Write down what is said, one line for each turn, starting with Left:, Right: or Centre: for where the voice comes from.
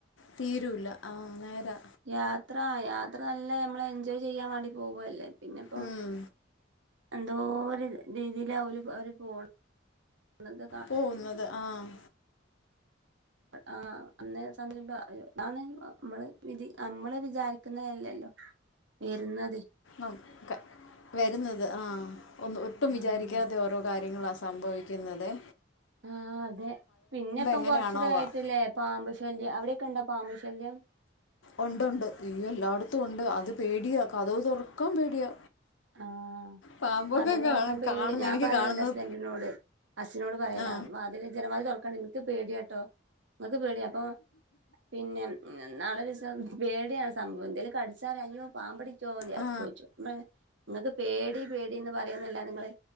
Left: തീരൂല്ല ആഹ് നേരാ
Right: യാത്ര യാത്ര നല്ല നമ്മള് എൻജോയ് ചെയ്യാൻ വേണ്ടി പോകുവല്ലേ പിന്നെപ്പോ
Left: ഉം.
Right: എന്തോ ഒരു രീതിയില അവര് അവര് പോണ ണത്
Left: പോകുന്നത് ആഹ്
Right: ആഹ് അന്നേ സംശമ്പ അയ്യോ അതാണ് അഹ് നമ്മള് വിധി നമ്മള് വിചാരിക്കുന്നതല്ലല്ലോ വരുന്നതെ
Left: ആഹ് ഓക്ക്‌ വരുന്നത് ആഹ് ഒന്നും ഒട്ടും
Right: ആഹ്
Left: വിചാരിക്കാതെ ഓരോ കാര്യങ്ങള സംഭവിക് യ്ക്കുന്നതേ
Right: ആഹ് അതെ പിന്നെ ഇപ്പം
Left: എങ്ങനെയാണോ
Right: കൊറച്ചൂട
Left: വ-
Right: ആയിട്ടല്ലേ പാമ്പ് ശല്യം അവിടെക്കെ ഉണ്ടോ പാമ്പ് ശല്യം
Left: ഒണ്ട്ണ്ട് ഈയ്യോ എല്ലാട്ത്തും ഉണ്ട് അത് പേടിയാ കതക് തുറക്കാൻ പേടിയാ
Right: ആഹ്
Left: പാമ്പൊക്കെ
Right: കതക് തുറക്കാൻ
Left: കാണ
Right: പേടി
Left: കാണുന്ന
Right: ഞാൻ
Left: എനിക്ക്
Right: പറയും
Left: കാണുന്നത്
Right: എന്റെ ഹസ്ബന്റിനോട് അശ്ശിനോട് പറയല
Left: ആ
Right: വാതില് അ ജനവാതില് തുറക്കണങ്ങ് ക്ക് പേടിയട്ടോ നിങ്ങക്ക് പേടിയ അപ്പൊ പിന്നെ ഉം ഇന്ന്ന്ന് ന്നാളൊരു ദിവസം പേടിയാണ് സംഭവം എന്തേലും കടിച്ചാല് അയ്യോ പാമ്പടിച്ചോ വിജാ
Left: ആ
Right: ചോയ്ച്ചു നമ്മള്ന്നെ ഇങ്ങക്ക് പേടി പേടിന്ന് പറയുന്നല്ലാതെ നിങ്ങള്